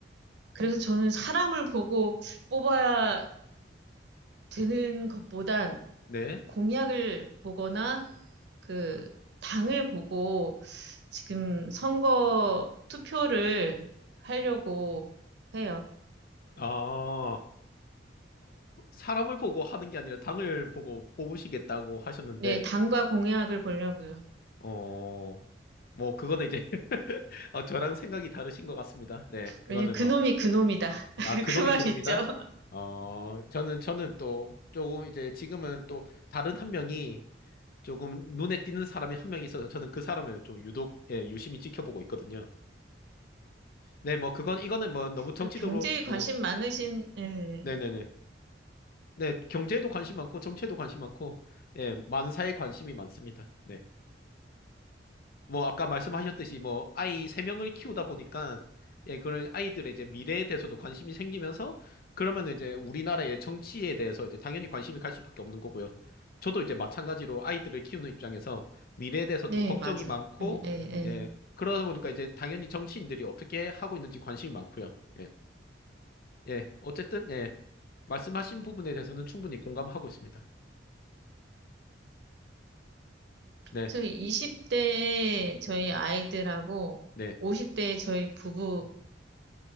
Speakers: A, on the right (about 65°); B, on the left (about 55°).
A: 그래서 저는 사람을 보고 뽑아야 되는 것보단
B: 네.
A: 공약을 보거나 그 당을 보고 지금 선거 투표를 하려고 해요.
B: 아, 어, 사람을 보고 하는 게 아니라 당을 보고 뽑으시겠다고 하셨는데,
A: 네, 당과 공약을 보려고요.
B: 어. 뭐 그거는 이제 <laughs> 어, 저랑 생각이 다르신 것 같습니다. 네, 그거는
A: 왜냐면 그놈이
B: 뭐,
A: 그놈이다. <laughs>
B: 아, 그놈이
A: 그 말
B: 그놈이다?
A: 있죠.
B: 어, 저는, 저는 또 조금 이제 지금은 또 다른 한 명이 조금 눈에 띄는 사람이 한 명 있어서 저는 그 사람을 좀 유독, 예, 유심히 지켜보고 있거든요. 네, 뭐 그건, 이거는 뭐 너무 정치적으로,
A: 또 경제에 관심
B: 예,
A: 많으신, 예,
B: 네네네. 네, 네, 네 경제에도 관심 많고, 정치에도 관심 많고, 예, 많은 사에 관심이 많습니다. 네. 뭐 아까 말씀하셨듯이 뭐 아이 세 명을 키우다 보니까 예 그런 아이들의 이제 미래에 대해서도 관심이 생기면서 그러면 이제 우리나라의 정치에 대해서 이제 당연히 관심이 갈 수밖에 없는 거고요. 저도 이제 마찬가지로 아이들을 키우는 입장에서 미래에 대해서
A: 네,
B: 좀 걱정이
A: 맞아.
B: 많고
A: 예, 예, 예.
B: 예 그러다 보니까 이제 당연히 정치인들이 어떻게 하고 있는지 관심이 많고요. 예. 예. 어쨌든 예. 말씀하신 부분에 대해서는 충분히 공감하고 있습니다. 네.
A: 저희 20대에 저희 아이들하고
B: 네.
A: 50대에 저희 부부들이